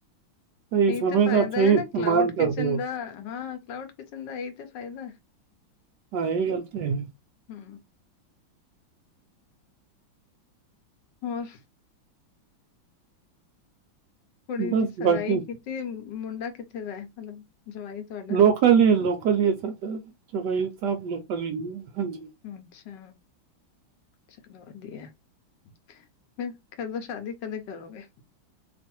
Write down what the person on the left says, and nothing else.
ਏਇ
ਤਾਂ ਫਾਇਦਾ
ਹੈ ਨਾ
ਕਲਾਉਡ
ਕਿਚਨ
ਦਾ। ਹਾਂ ਕਲਾਉਡ ਕਿਚਨ ਦਾ ਏਇ ਤੇ ਫਾਇਦਾ।
ਹੂ ਹੋਰ ਕੁੜੀ
ਦੀ ਸਗਾਈ
ਕੀਤੀ ਮੁੰਡਾ ਕਿੱਥੇ ਦਾ ਹੈ। ਮਤਲਬ ਜਵਾਈ। ਤੁਹਾਡਾ
ਅੱਛਾ। ਚਲੋ ਵਧੀਆ। ਫ ਕਦੋਂ ਸ਼ਾਦੀ ਕਦੇ ਕਰੋਗੇ।